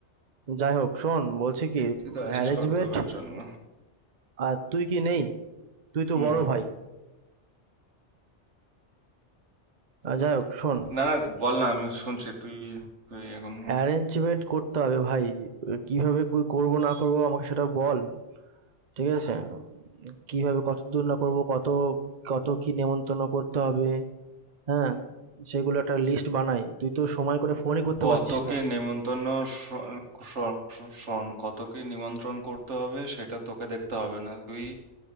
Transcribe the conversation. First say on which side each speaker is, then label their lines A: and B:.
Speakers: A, on the right; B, on the right.
A: যাই হোক শোন বলছি কি
B: তুই তো
A: অ্যারেঞ্জমেন্ট
B: আছিস কর্তব্যের জন্য
A: আর তুই কি নেই তুই তো
B: হুম
A: বড়
B: হুম
A: ভাই আর যাই হোক শোন
B: না না বল না আমি শুনছি তুই তুই এখন
A: অ্যারেঞ্জমেন্ট করতে হবে ভাই কিভাবে ক- করব না করব আমাকে সেটা বল ঠিক আছে কিভাবে কত দূর না করব কত কত কি নেমন্তন্ন করতে হবে হ্যাঁ সেগুলো একটা লিস্ট বানাই তুই তো সময় করে ফোনই করতে
B: কতকে
A: পারছিস না
B: নেমন্তন্ন শোন শোন শোন, কতকে নিমন্ত্রণ করতে হবে সেটা তোকে দেখতে হবে না তুই